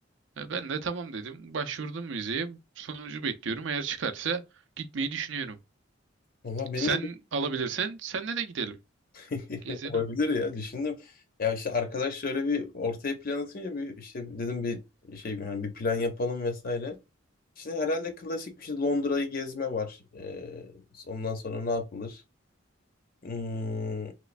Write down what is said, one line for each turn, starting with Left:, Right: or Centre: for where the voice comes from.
Right: E, ben de tamam dedim. Başvurdum müzeye. Sonucu bekliyorum. Eğer çıkarsa gitmeyi düşünüyorum.
Left: Valla benim
Right: Sen
Left: de bir
Right: alabilirsen senle de gidelim.
Left: <laughs>
Right: Gezelim.
Left: olabilir ya düşündüm. Ya işte arkadaş şöyle bir ortaya plan atınca bir işte dedim bir şey hani bir plan yapalım vesaire. İşte herhalde klasik bir şey Londra'yı gezme var. Ee, ondan sonra ne yapılır? Hmm,